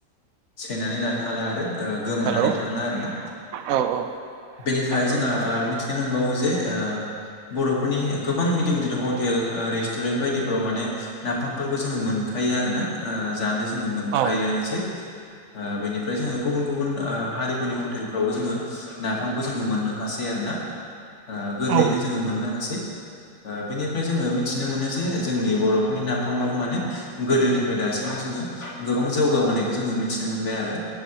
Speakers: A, on the left (about 45°); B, on the right (about 70°).
A: सेनानै लानो हाला आरो ओ गोमानानै
B: हेलौ
A: थांला आरो ना
B: औ औ
A: बेनिफ्राय
B: औ
A: जोंहा आ मिथि नो मोनबावो जे ओ बर'फोरनि गोबां गिदिर गिदिर हटेल ओ रेस्टुरेन्ट बायदिफोराव माने नाफामफोरखौ जोङो मोन खायो आरो ना आ जानो जोङो मोनखायोआनोसै
B: औ
A: आ बेनिफ्राय जोङो गुबुन गुबुन आ हारिफोरनि हटेलफ्रावबो जोङो नाफामखौ जोङो मोननो हासै आरो ना आ गोरलैयैनो
B: औ
A: जोङो मोननो हासै। ओ बेनिफ्राय जोङो मिथिनो मोनो जे जोंनि बर'फोरनि नाफामाबो माने गोदोनिफ्राय दासिमाव जोङो गोबां जौगाबोनायखौ जोङो मिथिनो मोनबाय आरो